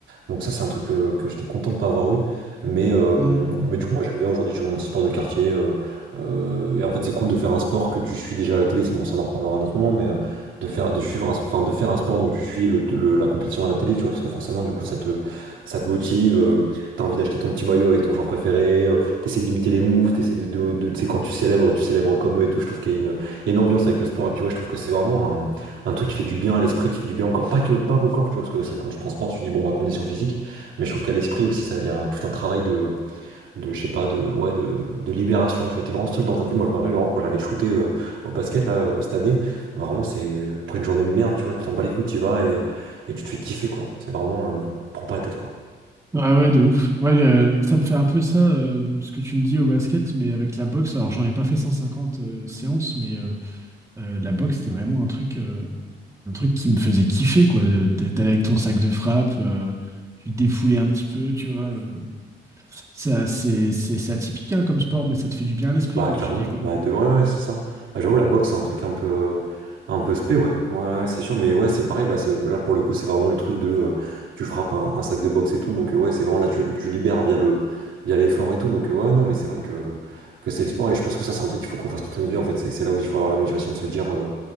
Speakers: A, on the right (about 70°); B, on the right (about 15°).
A: Donc ça, c'est un truc que, que j'étais content de pas avoir eu. Mais, euh,
B: Mm.
A: mais du coup, moi, j'aime bien aujourd'hui, j'ai mon petit sport de quartier. euh, euh, et en fait, c'est cool de faire un sport que tu suis déjà à la télé, ça, bon, ça, on en reparlera à un autre moment, mais euh, de faire, de suivre un, enfin, de faire un sport dont tu suis le- le- la compétition à la télé, tu vois, parce que forcément, du coup, ça te, ça te motive, euh, t'as envie d'acheter ton petit maillot avec ton joueur préféré, euh, t'essaies d'imiter les moves, t'essaies de, de, de- tu sais, quand tu célèbres, tu célèbres comme eux et tout, je trouve qu'il y a une, il y a une ambiance avec le sport, et puis ouais, je trouve que c'est vraiment un truc qui fait du bien à l'esprit, qui fait du bien encore, pas que, pas qu'au corps, tu vois, parce que c'est vrai que quand je pense sport, je me dis, bon, bah, condition physique, mais je trouve qu'à l'esprit aussi, ça, il y a un- tout un travail de, de, je sais pas, de, ouais, de, de libération, tu vois, t'es vraiment seul dans ta bulle. Moi, je me rappelle vraiment quand j'allais shooter euh, au basket, là, euh, cette année, vraiment, c'est, euh, après une journée de merde, tu vois, tu t'en bats les couilles, tu y vas et, et tu te fais kiffer, quoi. C'est vraiment, euh, prends pas la tête, quoi.
B: Ah ouais, de ouf. Ouais, euh, ça me fait un peu ça, euh, ce que tu me dis au basket, mais avec la boxe. Alors, j'en ai pas fait 150 euh, séances, mais euh, euh, la boxe, c'était vraiment un truc, euh, un truc qui me faisait kiffer, quoi. Le- t'a- T'allais avec ton sac de frappe, euh, tu te défoulais un petit peu, tu vois. euh. ça, c'est, c'est, c'est atypique, hein, comme sport, mais ça te fait du bien à l'esprit,
A: Bah
B: comme
A: clairement,
B: tu dis, quoi.
A: bah de ouais, ouais c'est ça. Ah, j'avoue la boxe c'est un truc un peu un peu spé ouais. Ouais, ouais, c'est sûr mais ouais, c'est pareil bah c'est là pour le coup, c'est vraiment le truc de euh, tu frappes un, un sac de boxe et tout donc euh, ouais, c'est vraiment là tu, tu libères via le via l'effort et tout donc euh, ouais non mais c'est vrai que que c'est le sport et je pense que ça c'est un truc qu'il faut qu'on fasse toute notre vie en fait, c'est c'est là où il faut avoir la motivation de se dire euh,